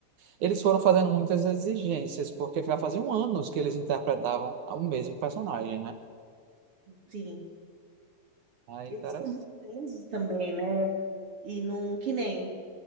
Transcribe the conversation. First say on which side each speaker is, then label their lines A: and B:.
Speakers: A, on the right; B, on the right.
A: Eles foram fazendo muitas exigências, porque já faziam anos que eles interpretavam o mesmo personagem, né?
B: Sim.
A: Aí,
B: Eles
A: interessante.
B: ficam muito presos também, né? E não, que nem.